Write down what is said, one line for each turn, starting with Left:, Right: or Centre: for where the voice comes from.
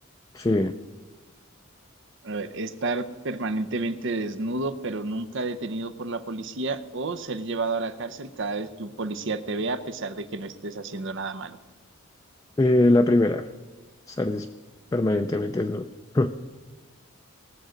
Left: Sí,
Right: A ver, estar permanentemente desnudo pero nunca detenido por la policía o ser llevado a la cárcel cada vez que un policía te vea a pesar de que no estés haciendo nada malo.
Left: eh, la primera, estar des- permanentemente desnudo. <laughs>